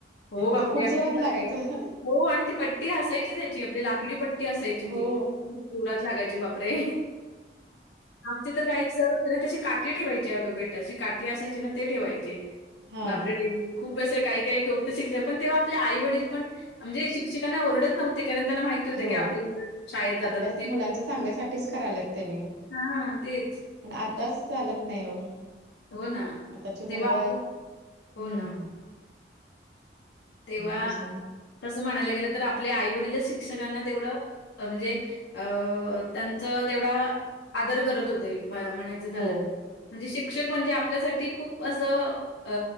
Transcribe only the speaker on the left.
हो, बापरे!
आणि
ती पट्टी
हो आणि ती पट्टी असायचीच हची आपली लाकडी पट्टी असायची
ती. जोरात लागायचे बापरे आमचे तर काही सर त्याशी काठी ठेवायची अगं बेटाची काठी असायची ना ते ठेवायचे
बापरे डेंजर खूप अस काही काही शिक्षक पण तेव्हा आपल्या आई वडील पण म्हणजे शिक्षकांना ओरडत नव्हते कारण त्यांना माहिती होतं
की आपली मुलं शाळेत जातात
ते
हां, तेच.
म्हणजे
हो ना.
तेव्हा आपले हो
ना. तेव्हा
तसं म्हणायला गेलं तर आपले आईवडीलच शिक्षकांना तेवढं म्हणजे अ त्यांच तेवढा आदर करत होते म्हणायचं झालं
तर म्हणजे शिक्षक म्हणजे आपल्यासाठी खूप असं अ